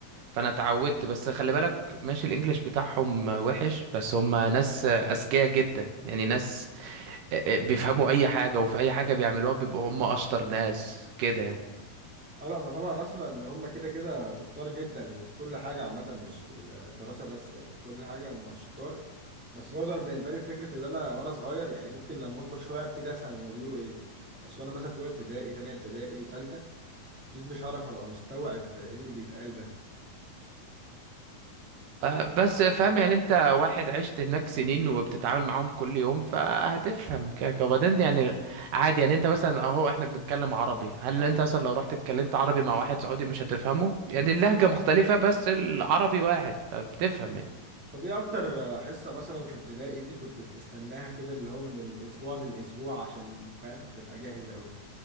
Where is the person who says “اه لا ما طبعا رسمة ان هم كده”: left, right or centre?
Centre